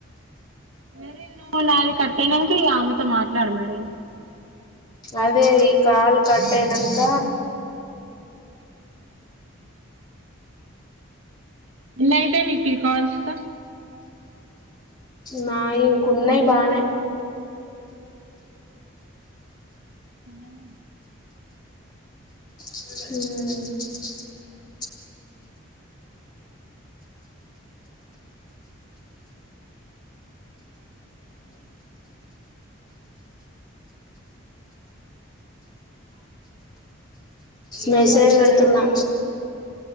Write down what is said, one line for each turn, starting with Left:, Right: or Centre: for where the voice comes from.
Right: వేరే నాలు కట్టెనంక ఆమెతో మా ఎట్లా రా మరి
Left: అదే ఈ కాలు కట్ అయినంక
Right: ఎన్నైతే నికు కాస్త
Left: నాయి ఇంకా ఉన్నాయి బానే
Right: తనను
Left: ఉ మెసేజ్ పెడుతున్నా